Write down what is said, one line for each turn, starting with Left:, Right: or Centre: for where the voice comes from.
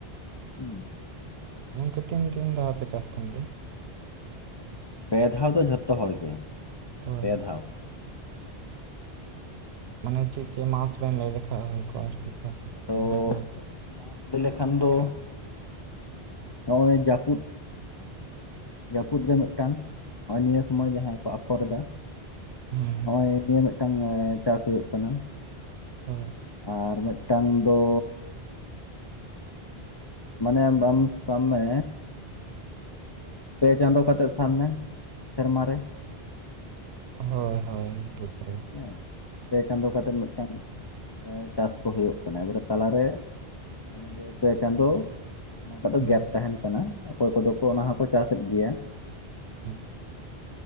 Left: ᱦᱩᱸ᱾
Right: ᱜᱚᱝᱠᱮ ᱛᱤᱱ ᱫᱤᱱ ᱫᱷᱟᱣ ᱯᱮ ᱪᱟᱥ ᱛᱟᱦᱮᱱ ᱜᱮᱭᱟ?
Left: ᱯᱮ ᱫᱷᱟᱣ ᱫᱚ ᱡᱷᱚᱛᱚ ᱦᱚᱲ ᱜᱮ,
Right: ᱦᱳᱭ
Left: ᱯᱮ ᱫᱷᱟᱣ᱾
Right: ᱢᱟᱱᱮ ᱪᱮᱫ ᱪᱮᱫ ᱢᱟᱥ ᱵᱮᱱ ᱞᱟᱹᱭ ᱞᱮᱠᱷᱟ ᱦᱩᱭ ᱠᱚᱜᱼᱟ ᱟᱨᱠᱤ᱾
Left: ᱟᱫᱚ
Right: ᱤᱧ ᱵᱩᱡᱽ ᱧᱟᱢ ᱠᱮᱫ
Left: ᱢᱟᱥ ᱞᱟᱹᱭ ᱞᱮᱠᱷᱟᱱ ᱫᱚ ᱱᱚᱜᱼᱚᱭ ᱡᱟᱹᱯᱩᱫ, ᱡᱟᱹᱯᱩᱫ ᱨᱮ ᱢᱤᱫᱴᱟᱱ, ᱱᱚᱜᱼᱚᱭ ᱱᱤᱭᱟᱹ ᱥᱚᱢᱚᱭ ᱡᱟᱦᱟᱸᱭ ᱠᱚ ᱟᱯᱷᱚᱨ ᱮᱫᱟ᱾
Right: ᱦᱮᱸ
Left: ᱱᱚᱜᱼᱚᱭ ᱱᱤᱭᱟᱹ ᱢᱤᱫᱴᱟᱝ ᱪᱟᱥ ᱦᱩᱭᱩᱜ ᱠᱟᱱᱟ᱾
Right: ᱦᱳᱭ
Left: ᱟᱨ ᱢᱤᱫᱴᱟᱝ ᱫᱚ ᱢᱟᱱᱮ ᱵᱟᱢ ᱥᱟᱢ ᱢᱮ ᱯᱮ ᱪᱟᱸᱫᱚ ᱠᱟᱛᱮᱫ ᱥᱟᱵ ᱢᱮ ᱥᱮᱨᱢᱟ ᱨᱮ᱾
Right: ᱦᱳᱭ ᱦᱳᱭ ᱴᱷᱤᱠ ᱾
Left: ᱦᱮᱸ, ᱯᱮ ᱪᱟᱸᱫᱚ ᱠᱟᱛᱮᱫ ᱢᱤᱫᱴᱟᱝ- ᱮ ᱪᱟᱹᱥ ᱠᱚ ᱦᱩᱭᱩᱜ ᱠᱟᱱᱟ ᱮᱵᱟᱨᱮ ᱛᱟᱞᱟᱨᱮ ᱚᱱᱮ ᱡᱮ ᱯᱮ ᱪᱟᱸᱫᱳ- ᱚᱱᱟᱴᱟᱜ ᱫᱚ
Right: ᱦᱩᱸ
Left: ᱜᱮᱯ ᱛᱟᱦᱮᱱ ᱠᱟᱱᱟ ᱚᱠᱚᱭ ᱠᱚᱫᱚ ᱠᱚ ᱚᱱᱟ ᱦᱚᱸᱠᱚ ᱪᱟᱥᱮᱫ ᱜᱮᱭᱟ᱾
Right: ᱦᱩᱸ